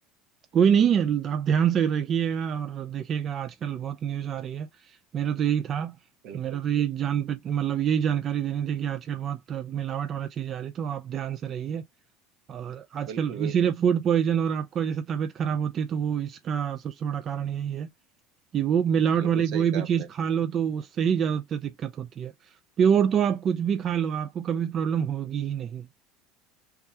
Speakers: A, on the right; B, on the right.
A: कोई नहीं है आप ध्यान से रखिएगा और देखिएगा आजकल बहुत न्यूज आ रही है मेरा तो यही था
B: बिल्कुल
A: मेरा तो यही जान पे मतलब यही जानकारी देनी थी कि आजकल बहुत मिलावट वाला चीज आ रही है तो आप ध्यान से रहिए और आजकल
B: बिल्कुल बिल्कुल
A: इसीलिए फूड पॉइजन और आपका जैसे तबीयत खराब होती है तो वो इसका सबसे बड़ा कारण यही है कि वो मिलावट
B: बिल्कुल
A: वाली कोई
B: सही
A: भी
B: कहा
A: चीज
B: आपने
A: खा लो तो उससे ही ज्यादातर दिक्कत होती है प्योर तो आप कुछ भी खा लो आपको कभी प्रॉब्लम होगी ही नहीं